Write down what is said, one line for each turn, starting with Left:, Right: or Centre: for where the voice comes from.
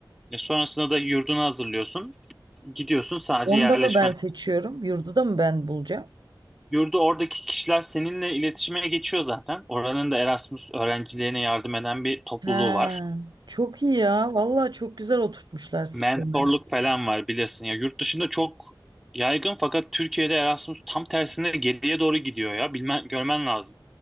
Centre: Ya sonrasında da yurdunu hazırlıyorsun. Gidiyorsun sadece
Right: Onu
Centre: yerleşmen.
Right: da mı ben seçiyorum? Yurdu da mı ben bulacağım?
Centre: Yurdu oradaki kişiler seninle iletişime geçiyor zaten. Oranın da Erasmus öğrencilerine yardım eden bir topluluğu
Right: he
Centre: var.
Right: çok iyi ya. Vallahi çok güzel oturtmuşlar sistemi.
Centre: Mentorluk falan var bilirsin. Ya yurt dışında çok yaygın fakat Türkiye'de Erasmus tam tersine geriye doğru gidiyor ya. Bilmen, görmen lazım.